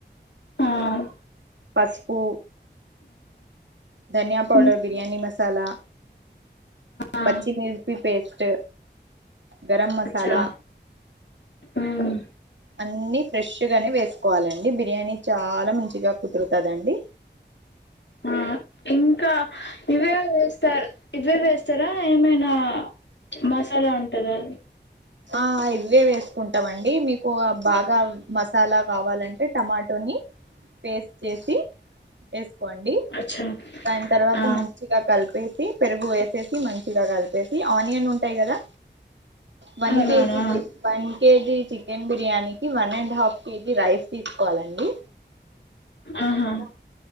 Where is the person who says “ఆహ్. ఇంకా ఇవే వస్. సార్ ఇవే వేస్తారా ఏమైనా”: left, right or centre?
Left